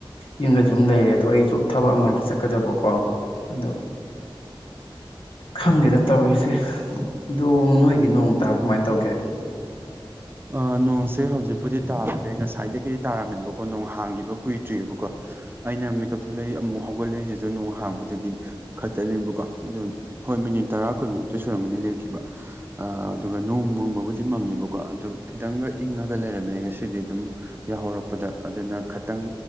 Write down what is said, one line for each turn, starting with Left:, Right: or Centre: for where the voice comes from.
Left: ꯌꯨꯝꯗ ꯁꯨꯝ ꯂꯩꯔꯦ ꯑꯗꯣ ꯑꯩꯁꯨ ꯊꯕꯛ ꯑꯃꯒꯤ ꯆꯠꯀꯗꯕꯀꯣ ꯑꯗꯣ ꯈꯪꯗꯦꯗ ꯇꯧꯔꯤꯁꯦ ꯗꯣꯡ ꯅꯣꯏꯒꯤ ꯅꯣꯡ ꯇꯥꯕꯣ ꯀꯃꯥꯏꯟ ꯇꯧꯒꯦ
Right: ꯑ ꯅꯣꯡꯁꯦ ꯍꯧꯖꯤꯛꯄꯨꯗꯤ ꯇꯥꯗ꯭ꯔꯦ ꯉꯁꯥꯏꯗꯒꯤꯗꯤ ꯇꯥꯔꯝꯃꯦꯕꯀꯣ ꯅꯣꯡ ꯍꯥꯡꯒꯤꯕ ꯀꯨꯏꯗ꯭ꯔꯤꯑꯕꯀꯣ ꯑꯩꯅ ꯃꯦꯀꯞ ꯊꯣꯛꯂꯛꯏ ꯑꯃꯨꯛ ꯍꯧꯒꯠꯂꯛꯏꯁꯤꯁꯨ ꯅꯣꯡ ꯍꯥꯡꯕꯗꯒꯤ ꯈꯛꯇꯅꯦꯕꯀꯣ ꯑꯗꯨ ꯍꯣꯏ ꯃꯤꯅꯤꯠ ꯇꯔꯥ ꯀꯨꯟꯃꯨꯛꯇꯤ ꯁꯨꯔꯝꯃꯅꯤ ꯂꯦꯞꯈꯤꯕ ꯑ ꯑꯗꯨꯒ ꯅꯣꯡ ꯃꯪꯕꯕꯨꯗꯤ ꯃꯪꯉꯦꯕꯀꯣ ꯑꯗꯨ ꯈꯤꯇꯪꯒ ꯏꯪꯉꯒ ꯂꯩꯔꯝꯃꯦ ꯉꯁꯤꯗꯤ ꯑꯗꯨꯝ ꯌꯥꯍꯧꯔꯛꯄꯗ ꯑꯗꯨꯅ ꯈꯇꯪ